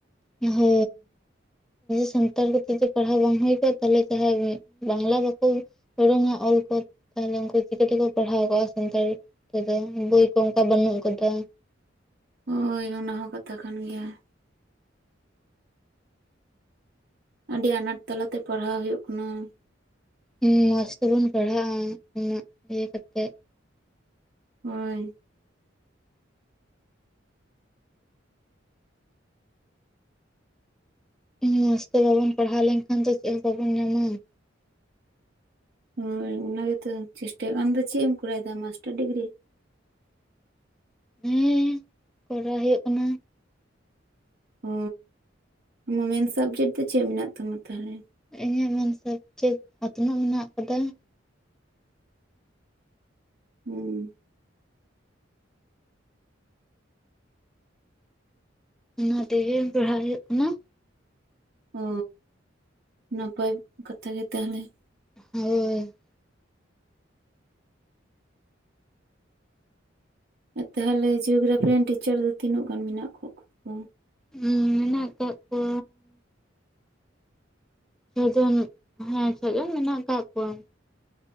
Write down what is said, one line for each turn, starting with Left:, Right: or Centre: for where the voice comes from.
Centre: ᱦᱳᱭ ᱾ ᱥᱟᱱᱛᱟᱲ ᱠᱚᱛᱮ ᱯᱟᱲᱦᱟᱣ ᱵᱟᱝ ᱦᱩᱭ ᱠᱚᱜᱼᱟ ᱛᱟᱦᱚᱞᱮ ᱡᱟᱦᱟᱸ ᱵᱟᱝᱞᱟ ᱵᱟᱠᱚ, ᱩᱨᱩᱢᱟ ᱚᱞ ᱠᱚ ᱛᱟᱦᱞᱮ ᱩᱱᱠᱩ ᱪᱤᱠᱟᱹ ᱛᱮᱠᱚ ᱯᱟᱲᱦᱟᱣ ᱠᱚᱜᱼᱟ ᱥᱟᱱᱛᱟᱲᱤ ᱾ ᱛᱚᱵᱮ ᱵᱳᱭ ᱠᱚ ᱚᱱᱠᱟ ᱵᱟᱹᱱᱩᱜ ᱟᱠᱟᱫᱟ ᱾
Right: ᱦᱳᱭ, ᱚᱱᱟ ᱦᱚᱸ ᱠᱟᱛᱷᱟ ᱠᱟᱱ ᱜᱮᱭᱟ ᱾ ᱟᱹᱰᱤ ᱟᱱᱟᱴ ᱛᱟᱞᱟᱛᱮ ᱯᱟᱲᱦᱟᱣ ᱦᱩᱭᱩᱜ ᱠᱟᱱᱟ ᱾
Centre: ᱦᱮᱸ, ᱢᱚᱸᱡᱽ ᱛᱮᱵᱩᱱ ᱯᱟᱲᱦᱟᱜᱼᱟ ᱩᱱᱟᱹᱜ ᱤᱭᱟᱹ ᱠᱟᱛᱮᱜ ᱾
Right: ᱦᱳᱭ ᱾
Centre: ᱢᱚᱸᱡᱽ ᱛᱮ ᱵᱟᱵᱚᱱ ᱯᱟᱲᱦᱟᱣ ᱞᱮᱱᱠᱷᱟᱱ ᱫᱚ ᱪᱮᱫ ᱦᱚᱸ ᱵᱟᱵᱚᱱ ᱧᱟᱢᱟ ᱾
Right: ᱦᱳᱭ, ᱚᱱᱟ ᱜᱮᱛᱚ ᱪᱮᱥᱴᱟᱭ ᱟ ᱫᱚ ᱾ ᱪᱮᱫ ᱮᱢ ᱠᱚᱨᱟᱣᱮᱫᱟ ᱢᱟᱥᱴᱟᱨ ᱰᱤᱜᱽᱨᱤ?
Centre: ᱦᱮᱸ, ᱠᱚᱨᱟᱣ ᱦᱩᱭᱩᱜ ᱠᱟᱱᱟ᱾
Right: ᱚ ᱚᱱᱟ ᱢᱮᱱ ᱥᱟᱵᱽᱡᱮᱠᱴ ᱫᱚ ᱪᱮᱫ ᱢᱮᱱᱟᱜ ᱛᱟᱢᱟ ᱛᱟᱦᱚᱞᱮ?
Centre: ᱤᱧᱟᱹᱜ ᱢᱮᱱᱥᱟᱵᱽᱡᱮᱴ ᱪᱮᱫ ᱚᱛᱱᱚᱜ ᱢᱮᱱᱟᱜ ᱟᱠᱟᱫᱟ ᱾
Right: ᱦᱩᱸ ᱾
Centre: ᱚᱱᱟᱛᱮ ᱯᱟᱲᱦᱟᱭ ᱦᱩᱭᱩᱜ ᱠᱟᱱᱟ ᱾
Right: ᱚ, ᱱᱟᱯᱟᱭ ᱠᱟᱛᱷᱟ ᱜᱮ ᱛᱟᱦᱚᱞᱮ ᱾
Centre: ᱦᱳᱭ ᱾
Right: ᱛᱟᱦᱚᱞᱮ ᱡᱤᱭᱳᱜᱽᱨᱟᱯᱷᱤ ᱨᱮᱱ ᱴᱤᱪᱟᱨ ᱫᱚ ᱛᱤᱱᱟᱹᱜ ᱜᱟᱱ ᱢᱮᱱᱟᱜ ᱠᱟᱜ ᱠᱚᱣᱟ?
Centre: ᱦᱩᱸ, ᱢᱮᱱᱟᱜ ᱠᱟᱫ ᱠᱚᱣᱟ ᱪᱷᱚ ᱡᱚᱱ ᱦᱮᱸ ᱪᱷᱚ ᱡᱚᱱ ᱢᱮᱱᱟᱜ ᱟᱠᱟᱫ ᱠᱚᱣᱟ ᱾